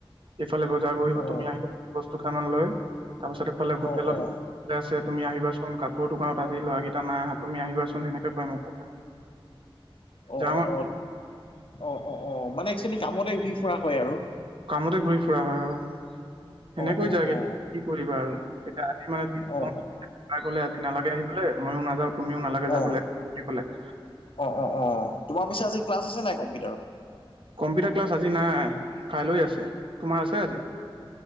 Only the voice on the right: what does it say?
এইফালে বজাৰ বহিব
তুমি আহিবা বস্তু কেইামান লৈ তাৰপাছত এইফালে হোটেলত
আছে তুমি আহিবাচোন কাপোৰৰ দোকানত আজি ল'ৰাকেইটা নাই আহা তুমি আহিবান সেনেকে কয় মোক
<unintelligible>
কামতে ঘূৰি ফুৰা হয় অ। সেনেকৈ
যায় গে
কি কৰিবা আৰু, এতিয়া আজি মানে
তাই কলে আজি নালাগে আহিবলৈ ময়ো নাযাও তুমিও নালাগে
যাবলৈ বুলি কলে।
কম্পিউটাৰ ক্লাছ আজি নাই কাইলৈ আছে। তোমাৰ আছে আজি?